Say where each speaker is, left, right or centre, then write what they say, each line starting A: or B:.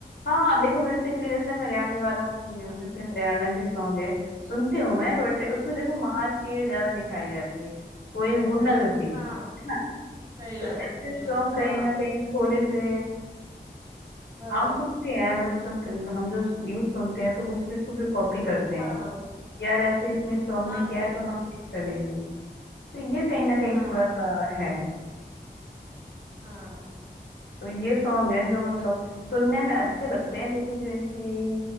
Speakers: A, on the left; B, on the right.
A: हाँ देखो
B: मतलब
A: बेसिकली जैसे हम हरियाणवी वालों की-
B: हाँ
A: जैसे हरियाणा के सॉन्ग है सुनती हूँ मैं बट उसमें देखो मार पीट ज्यादा दिखाई जाती है कोई गुंडागर्दी
B: हाँ,
A: है ना
B: सही
A: तो
B: बात
A: ऐसे
B: है सही
A: सॉन्ग
B: बात हाँ
A: कहीं ना कहीं थोड़े से
B: बराबर
A: हार्मफुल भी है बच्चों के हम जो यूथ सुनते हैं तो वो उस चीज को फिर कॉपी करते हैं
B: हाँ हाँ बराबर
A: यार ऐसे इसने सॉन्ग
B: हाँ
A: में किया
B: बराबर
A: है तो हम भी करेंगे तो ये कहीं ना कहीं
B: हाँ
A: थोड़ा सा है
B: हाँ
A: तो ये सॉन्ग है जो
B: बराबर
A: मतलब सुनने में अच्छे लगते हैं लेकिन जो इनकी